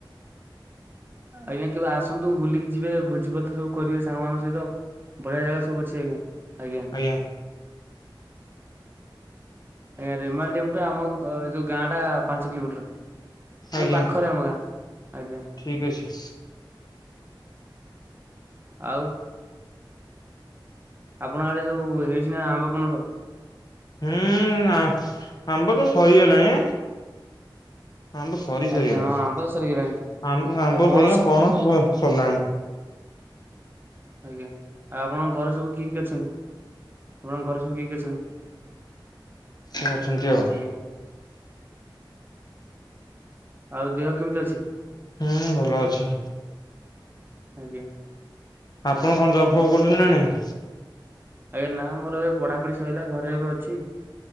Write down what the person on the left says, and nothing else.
ଆଜ୍ଞା।
ଆଜ୍ଞା,
ଠିକ୍ ଅଛି।
ହୁଁ ଆ ଆମ୍ବ ତ ସରିଗଲାଣି, ଆମ୍ବ ସରି ସରିଗଲାଣି
ଆମ୍ ଆମ୍ବ
ସରି କିନା ପଣସ ସରିଲାଣି।
<unintelligible> ଅଛନ୍ତି ଆଉ।
ହୁଁ, ଭଲ ଅଛି।
ଆପଣ କଣ ଜବ୍ ଫବ୍ କରୁଚନ୍ତି ନା ନାଇଁ?